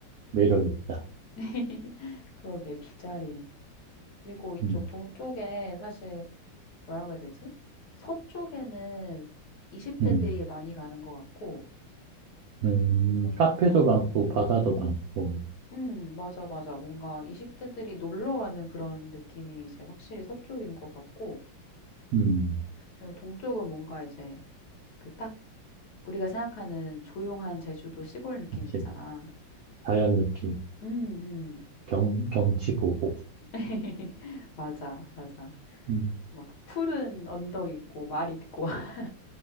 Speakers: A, on the right (about 85°); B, on the left (about 60°).
A: 매력
B: 음.
A: 있다.
B: <laughs> 그러게 비자림. 그리고 이쪽
A: 음,
B: 동쪽에 사실 뭐라고 해야 되지? 서쪽에는 20 대들이
A: 음,
B: 많이 가는 것 같고
A: 음,
B: 동쪽
A: 카페도 많고, 바다도 많고,
B: 음, 맞아, 맞아. 뭔가 20 대들이 놀러 가는 그런 느낌이 이제 확실히 서쪽인 것 같고,
A: 음,
B: 그리고 동쪽은 뭔가 이제 그딱 우리가 생각하는 조용한 제주도 시골 느낌
A: 그치.
B: 있잖아.
A: 자연 느낌,
B: 음, 음.
A: 경, 경치 보고,
B: <laughs> 맞아, 맞아.
A: 음,
B: 막 푸른 언덕 있고 말 있고. <laughs>